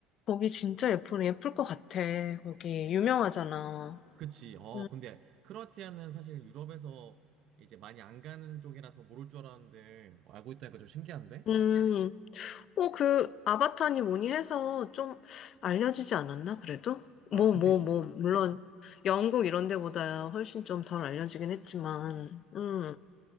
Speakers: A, on the left; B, on the right.
A: 거기 진짜 예쁘네. 예쁠 것 같아. 거기 유명하잖아.
B: 그치. 어,
A: 음,
B: 근데 크로아티아는 사실 유럽에서 이제 많이 안 가는 쪽이라서 모를 줄 알았는데 어, 알고 있다니까 좀 신기한데?
A: 음. 어, 그, 아바타니 뭐니 해서 좀 알려지지 않았나, 그래도?
B: 아,
A: 뭐,
B: 그치,
A: 뭐,
B: 그치.
A: 뭐, 물론, 영국 이런 데보다 훨씬 좀 덜 알려지긴 했지만, 음,